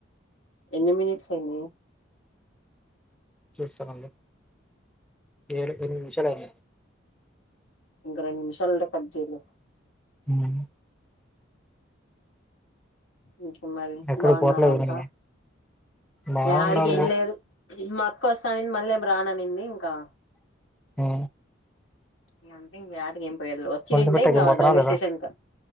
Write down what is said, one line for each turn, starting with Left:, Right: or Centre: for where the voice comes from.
Left: ఎన్ని మినిట్స్ ఐంది
Centre: చూస్తాన ఉండు ఏడు, ఎన్మిది నిమిషాలు ఐంది
Left: ఇంగ రెం నిమిషాలుంటే కట్ జేయలొ
Centre: ఉమ్
Left: ఇంకేంమరి
Centre: ఎక్కడ
Left: బాగున్నారంతా
Centre: పోట్లే ఏమైంది బాగున్నారు
Left: యాడికేంలేదు ఉమా కొస్సానింది మళ్ళేం రాననింది ఇంకా
Centre: హు
Left: ఇగంతిం యాటికేం పోయేట్లో వచ్చిండుంటే
Centre: ఒంటిమిట్టకి
Left: ఇంకా
Centre: పోతున్నావా
Left: రైల్వే
Centre: లేదా
Left: స్టేషన్ క